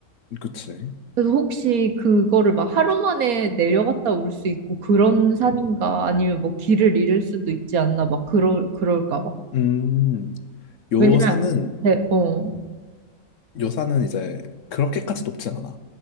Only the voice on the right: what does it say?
그래서 혹시 그거를 막 하루 만에 내려갔다 올 수 있고 그런 산인가? 아니면 뭐 길을 잃을 수도 있지 않나? 막 그럴, 그럴까 봐.
왜냐면, 네, 어,